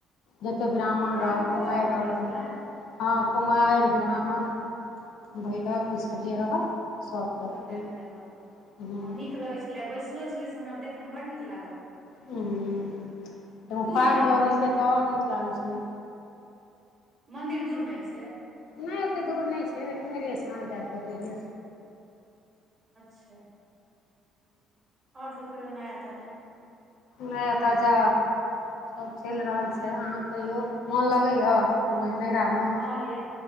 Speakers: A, on the left; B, on the right.
A: जते ब्राह्मण
B: अहाँके
A: रहल
B: बौओ
A: कुमारी
B: के भेटल
A: रहल
B: छलनि
A: भैरव रहल हँ कुमारी ब्राह्मण भैरव ई सब जे रहल सभ करथिन
B: सबटाकेँ देलक
A: हूँ
B: हँ नीक लगै छलै आ बैसलो छलै से हमरा देखयमे बड्ड नीक लागल
A: ह्म एगो
B: तऽ दूरमे
A: पाग
B: अइ
A: दऽ
B: मन्दिर
A: देलकै तऽ और नीक लागै छलै
B: मन्दिर दूरमे अइ से
A: नहि ओेते दूर नहि छै एक नहि रस ह त कतै <unintelligible>
B: अच्छा और सब कहियौ नाया ताजा
A: नहि एतऽ जा सब चैल
B: हँ
A: रहल छै अहाँ कहियो मोन लगैया नहिरामे
B: हँ यै